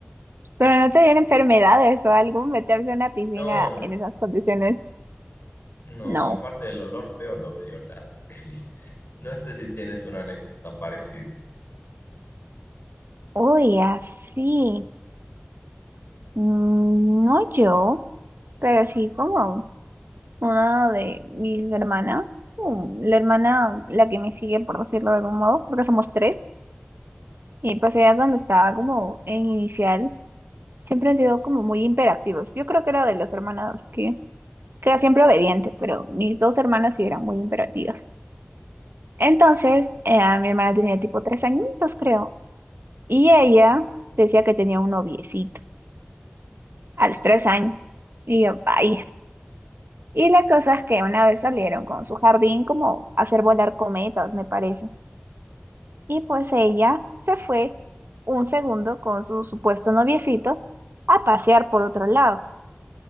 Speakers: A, on the right (about 65°); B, on the left (about 65°).
A: pero no te dieron enfermedades o algo, meterte en una piscina
B: No, no,
A: en
B: no.
A: esas condiciones.
B: No,
A: No.
B: aparte del olor feo, no me dio nada. <laughs> No sé si tienes una anécdota parecida.
A: Uy, así. mm, No yo, pero sí como una de mis hermanas, como la hermana, la que me sigue, por decirlo de algún modo, porque somos tres. Y pues ella cuando estaba como en inicial Siempre han sido como muy imperativos. Yo creo que era de los hermanos que, que era siempre obediente, pero mis dos hermanas sí eran muy imperativas. Entonces, eh, mi hermana tenía tipo tres añitos, creo, y ella decía que tenía un noviecito a los tres años. Y yo, vaya. Y la cosa es que una vez salieron con su jardín como a hacer volar cometas, me parece. Y pues ella se fue un segundo con su supuesto noviecito a pasear por otro lado.